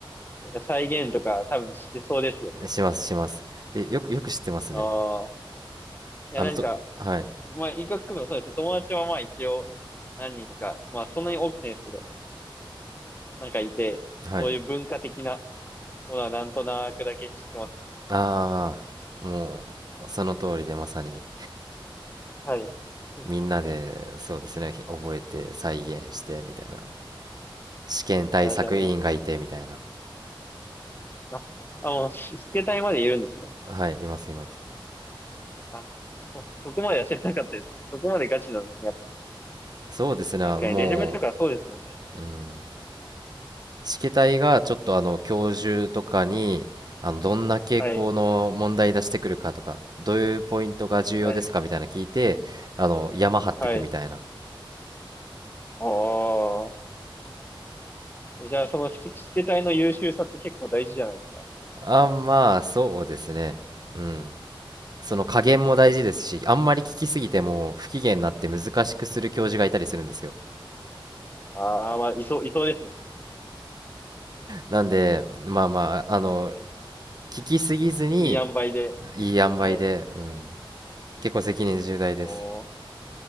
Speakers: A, on the left; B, on the right.
A: なんか再現とか多分してそうですよね。
B: します、します。え、よく、よく知ってますね。
A: ああ。いや、
B: あの、
A: なんか、
B: と、はい、
A: まあ、医学部もそうです。友達はまあ一応何人か、まあそんなに多くないですけど、なんかいて、
B: はい。
A: そういう文化的なものはなんとなくだけ知ってますね。
B: ああ、もう、その通りでまさに、
A: はい。うん
B: みんなで、そうですね、ひ覚えて、再現して、みたいな。試験対策委員がいて、
A: あ、じゃあも
B: みたいな。
A: う、あ、あ、もう、スケ隊までいるんですね。
B: はい、います、います。
A: あ、そ、そこまでは知らなかったですね。そこまでガチなんですね。やっ
B: そうですね、
A: ぱ確かに、
B: も
A: レジュメとかそうですもんね。
B: う、うん。試験体がちょっとあの教授とかにあのどんな傾向の問題出してくるかとかどういうポイントが重要ですかみたいな聞いてあの山張ってくみたいな
A: はい、はい、はい。ああ。じゃあ、そのスケスケ隊の優秀さって結構大事じゃないですか。
B: あまあそうですねうんその加減も大事ですしあんまり聞きすぎても不機嫌になって難しくする教授がいたりするんですよ
A: はいああ、まあ、いそう、いそうですね。
B: なんでまあまああの
A: うんい
B: 聞きすぎずに
A: い塩梅で。
B: いい塩梅で、
A: はい。
B: うん、結構責任重大です
A: おー。